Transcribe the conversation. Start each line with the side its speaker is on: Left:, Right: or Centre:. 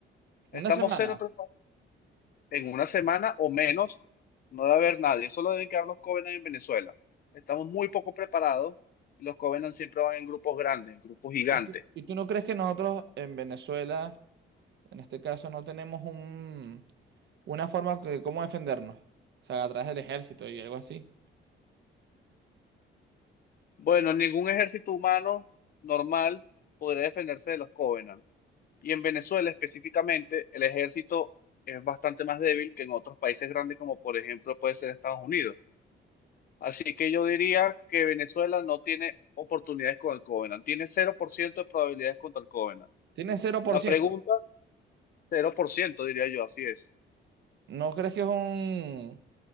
Left: Estamos
Right: Una semana.
Left: cero preparados. En una semana o menos no debe haber nadie, solo deben quedar los Covenant en Venezuela. Estamos muy poco preparados y los Covenant siempre van en grupos grandes, en grupos gigantes.
Right: ¿Y tú, y tú no crees que nosotros en Venezuela, en este caso, no tenemos un, una forma de cómo defendernos? O sea, a través del ejército y algo así.
Left: Bueno, ningún ejército humano normal podría defenderse de los Covenant. Y en Venezuela específicamente, el ejército es bastante más débil que en otros países grandes como por ejemplo puede ser Estados Unidos. Así que yo diría que Venezuela no tiene oportunidades con el Covenant, tiene cero por ciento de probabilidades contra el Covenant.
Right: Tiene cero por
Left: La
Right: ciento.
Left: pregunta, cero por ciento diría yo, así es.
Right: ¿No crees que es un...